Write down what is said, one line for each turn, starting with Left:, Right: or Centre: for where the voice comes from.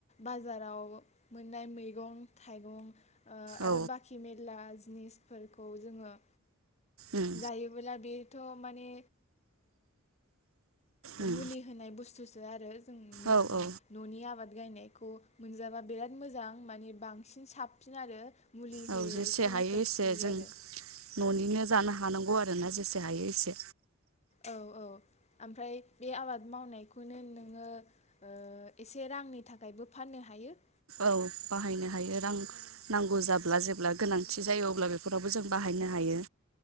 Left: बाजाराव मोननाय मैगं थाइगं आरो
Right: औ
Left: बाखि मेरला बिजनेसफोरखौ जोङो
Right: उम
Left: जायोबोब्ला बे थ' माने
Right: उम
Left: मुलि होनाय बुस्थु दा आरो जों
Right: औ औ
Left: न'नि आबाद गायनायखौ मोनजाबा बिराद मोजां माने बांसिन साबसिन आरो मुलि
Right: औ
Left: होयै
Right: जेसे
Left: केमिकेल
Right: हायो एसे
Left: फ्रि
Right: जों
Left: आरो
Right: न'निनो जानो हानांगौ आरो ना जेसे हायो एसे
Left: औ औ ओमफ्राय बे आबाद मावनायखौनो नोङो ओ एसे रांनि थाखायबो फाननो हायो
Right: औ बाहायनो हायो रां नांगौ जाब्ला जेब्ला गोनांथि जायो अब्ला बेफोरावबो जों बाहायनो हायो